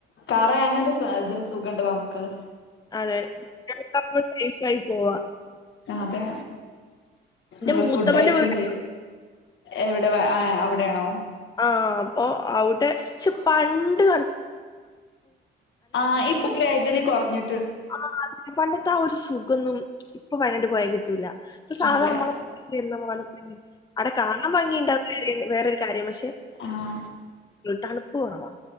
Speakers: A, on the left (about 70°); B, on the left (about 20°).
A: കാറാ അങ്ങനോര് സു ത് സുഖണ്ട് നമ്മക്ക്.
B: അതെ <unintelligible> സേഫായി പോകാ.
A: അതെ. ഏഹ്
B: മൂത്തമ്മന്റെ
A: ഫുഡൈക്കും
B: വീട്
A: ചെയ്യാ. എവിടെ വ ആഹ് അവിടേണോ
B: ആഹ് അപ്പൊ അവിടെ ക്ഷെ പണ്ട്
A: ആഹ് ഇപ്പൊ ഗ്രാജ്വലി കൊറഞ്ഞി
B: അമ്മമാർക്ക് പണ്ടത്തെ ആ ഒരു സുഖന്നും ഇപ്പൊ വയനാട്ട് പോയാ കിട്ടൂല പ്പ സാധ
A: ഇല്ല
B: മ്മള ഇര്ന്ന പോലെ അടെ കാണാ ഭാംഗിണ്ടാവണേല് വേറൊര് കാര്യമഷി
A: ആ
B: തണുപ്പ് പ്പ് കൊറവ